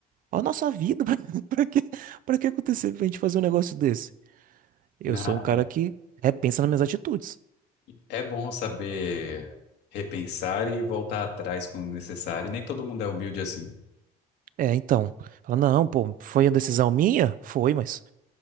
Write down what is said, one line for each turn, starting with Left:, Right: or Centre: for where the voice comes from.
Right: Ó, a nossa vida, <laughs> pra, pra quê? Pra que acontecer pra gente fazer um negócio desse? Eu
Left: Ah,
Right: sou um cara
Left: é.
Right: que repensa nas minhas atitudes.
Left: É bom saber repensar e voltar atrás quando necessário. Nem todo mundo é humilde assim.
Right: É, então. Ela, não, pô, foi a decisão minha? Foi, mas